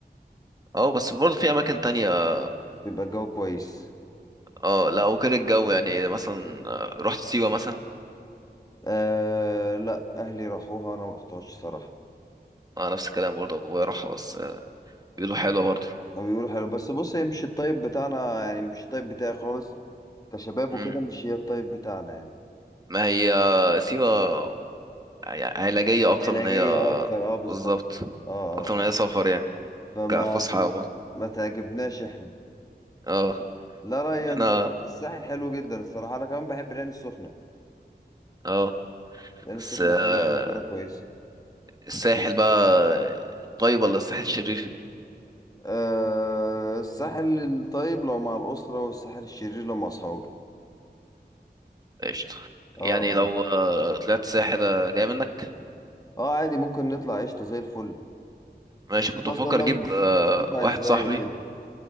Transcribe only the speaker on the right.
اه بس برضه في أماكن تانية
اه لا وكده الجو يعني مثلا آه، رحت سيوة مثلا
اه نفس الكلام برضه ابويا راحها بس آه، بيقولوا حلوة برضه
مم.
ما هي آه، سيوة يعني علاجية أكتر
من هي
بالظبط
أكتر
من هي سفر يعني
كفسحة أو
اه
احنا
اه
بس
آه،
الساحل بقى طيب ولا الساحل شرير؟
قشطة
يعني
لو آه، طلعت ساحل آه، جاي منك
ماشي
كنت
بفكر
اجيب آه،
واحد
صاحبي